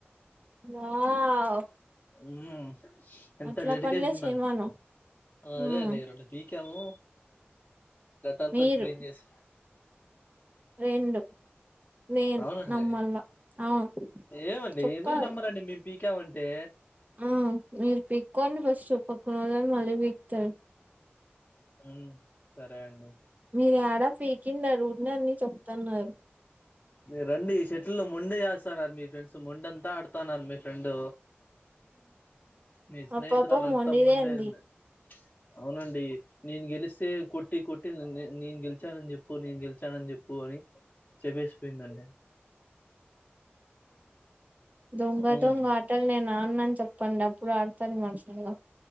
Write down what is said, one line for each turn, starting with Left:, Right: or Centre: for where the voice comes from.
Right: వావ్
Left: ఉమ్ ఎంత
Right: అట్లా
Left: డెడికేషన్
Right: పనులే
Left: ఉండాలి
Right: చేయమను
Left: ఆ అదే
Right: ఉమ్
Left: అండి రెండు పీకాము గదంతా
Right: మీరు
Left: క్లీన్ చేసి
Right: రెండు నేను
Left: అవునండి
Right: నమ్మల్ల అవును
Left: ఏమండి
Right: చెప్పాలి
Left: ఎందుకు నమ్మరండి మేము పీకామంటే
Right: ఆ మీరు పీక్కకోండి ఫస్ట్ పక్కన వాళ్ళని మళ్ళీ పీకుతాడు
Left: ఉ సరే అండి
Right: మీరు యాడా పీకిండరు ఊకె అన్ని చెప్తున్నారు
Left: మీరు రండి ఈ షటిలు మొండి చేస్తున్నారు మీ ఫ్రెండ్స్ మొండంతా ఆడుతున్నారు మీ ఫ్రెండ్ నీ స్నేహితురాలు
Right: ఆ పాప మొండిదే
Left: అంతా మొండేంది
Right: అండి
Left: అవునండి నేను గెలిస్తే కొట్టి కొట్టి నేను గెలిచానని చెప్పు నేను గెలిచానని చెప్పు అని చెపేసిపోయిందండి
Right: దొంగ
Left: మ్మ్
Right: దొంగ ఆ ఆటలు నేను ఆడనని అని చెప్పండి అప్పుడు ఆడుతది మనుసలుగా